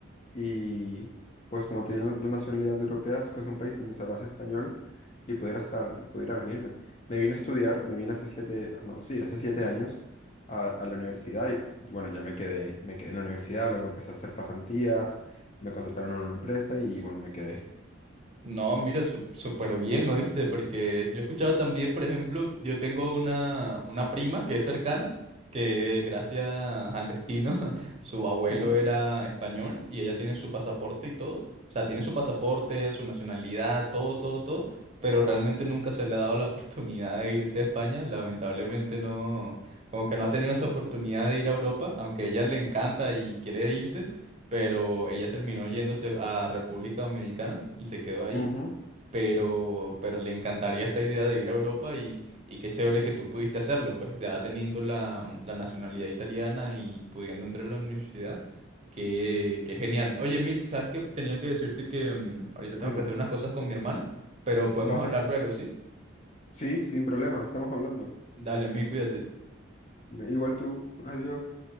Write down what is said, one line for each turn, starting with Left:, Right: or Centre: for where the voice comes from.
Left: y pues como tenía la la nacionalidad europea, escogí un país donde se hablase español y pudiera estar y pudiera venirme. Me vine a estudiar, me vine hace siete, no, sí, hace siete años a, a la universidad y pues, bueno, ya me quedé, me quedé en la universidad, luego empecé a hacer pasantías, me contrataron en una empresa y bueno, me quedé.
Right: No, mira, su- súper bien, ¿oíste? Porque yo he escuchado también, por ejemplo, yo tengo una, una prima que es cercana, que gracias al destino, <laughs> su abuelo
Left: Ujú,
Right: era español y ella tiene su pasaporte y todo. O sea, tiene su pasaporte, su nacionalidad, todo, todo, todo, pero realmente nunca se le ha dado la <laughs> oportunidad de irse a España. Lamentablemente no, como que no ha tenido esa oportunidad de ir a Europa, aunque a ella le encanta y quiere irse pero ella terminó yéndose a República Dominicana y se quedó ahí,
Left: ujú.
Right: pero, pero le encantaría esa idea de ir a Europa y, y qué chévere que tú pudiste hacerlo, pues ya teniendo la, la nacionalidad italiana y pudiendo entrar a la universidad, que, que genial. Oye, Emil, ¿sabes qué? Tenía que decirte que mm, ahorita tengo
Left: Cuéntame.
Right: que hacer unas cosas con mi hermano, pero podemos
Left: Vale.
Right: hablar luego, ¿sí?
Left: Sí, sin problema, estamos hablando.
Right: Dale, Emil, cuídate.
Left: Igual tú, adiós.